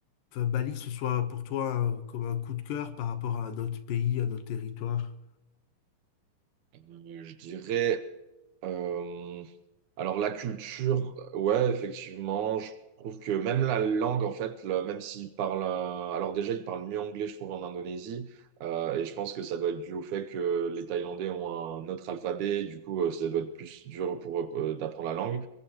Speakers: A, on the left (about 85°); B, on the right (about 70°).
A: enfin, Bali, que ce soit pour toi un- comme un coup de cœur par rapport à notre pays, à notre territoire?
B: Euh, je dirais euh, Alors la culture, ouais, effectivement, je trouve que même la langue, en fait, le- même s'ils parlent, euh, alors déjà ils parlent mieux anglais, je trouve, en Indonésie, euh, et je pense que ça doit être dû au fait que les Thaïlandais ont un autre alphabet, et du coup, euh, ça doit être plus dur pour eux euh, d'apprendre la langue.